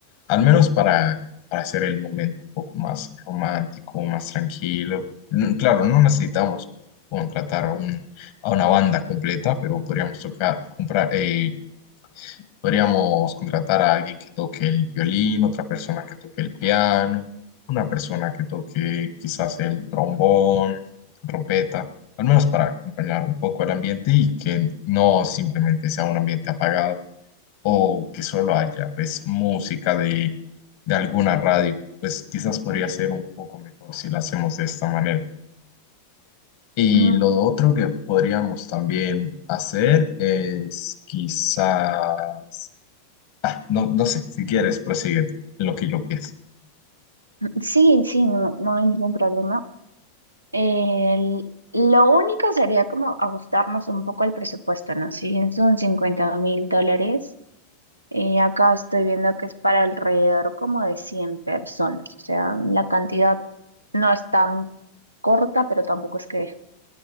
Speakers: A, on the left; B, on the right.
A: al menos para, para hacer el momento un poco más romántico, más tranquilo. Mm, Claro, no necesitamos contratar a, un, a una banda completa, pero podríamos tocar, comprar, eh, Podríamos contratar a alguien que toque el violín, otra persona que toque el piano, una persona que toque quizás el trombón, trompeta, al menos para acompañar un poco el ambiente y que no simplemente sea un ambiente apagado o que solo haya pues música de, de alguna radio. Pues quizás podría ser un poco mejor si lo hacemos de esta manera. Y
B: Mm,
A: lo otro que podríamos también hacer es quizás Ah, no, no sé, si quieres, prosigue en lo que yo pienso.
B: sí, sí, no, no hay ningún problema. El- lo único sería como ajustarnos un poco al presupuesto, ¿no? Si bien son cincuenta mil dólares. Eh, acá estoy viendo que es para alrededor como de 100 personas, o sea, la cantidad no es tan corta, pero tampoco es que,